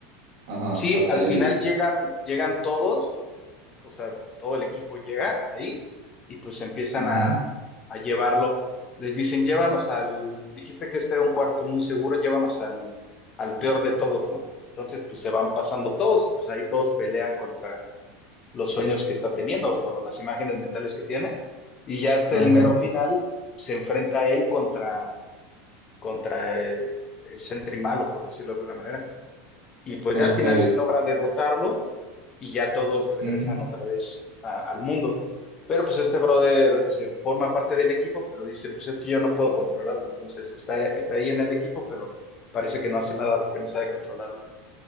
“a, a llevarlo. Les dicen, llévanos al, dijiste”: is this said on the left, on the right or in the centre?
Left